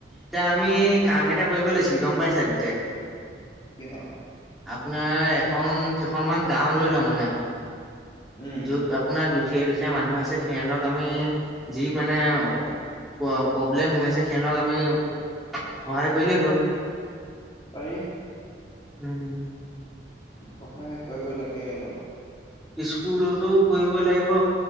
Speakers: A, in the centre; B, on the left (about 25°).
A: তে আমি কাম এটা কৰিব লাগিছিল গম পাই চা দুটাই
B: কিহৰ।
A: আপোনাৰ এখন কেইখনমান গাঁও লৈ লওঁ মানে আমি।
B: উম
A: যত আপোনাৰ দুখীয়া দুখীয়া মানুহ আছে সিহঁতক আমি যি মানে। প্ৰব্লেম হৈ‌ আছে সিহঁতক আমি সহায় কৰিলেই হ'ল।
B: পাৰি।
A: উম।
B: সহায় কৰিব লাগে অলপ।
A: স্কুলতো কৰিব লাগিব।